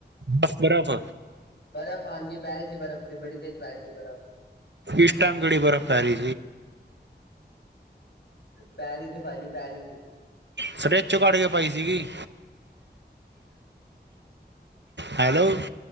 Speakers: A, on the right; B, on the left.
A: ਬਰ ਬਰਫ
B: ਬਰਫ਼ ਹਾਂਜੀ ਪੈ ਰੀ ਸੀ ਬਰਫ਼ ਵੀ ਬੜੀ ਤੇਜ਼ ਪੈ ਰੀ ਸੀ ਬਰਫ਼
A: ਇਸ ਟਾਇਮ ਕਿਹੜੀ ਬਰਫ ਪੈ ਰੀ
B: ਪੈ ਰੀ ਸੀ ਭਾਜੀ ਪੈ ਰੀ ਸੀ।
A: ਫਰਿੱਜ਼ ਚੋ ਕੱਢ ਕੇ ਪਾਈ ਸੀਗੀ। ਹੈਲੋ।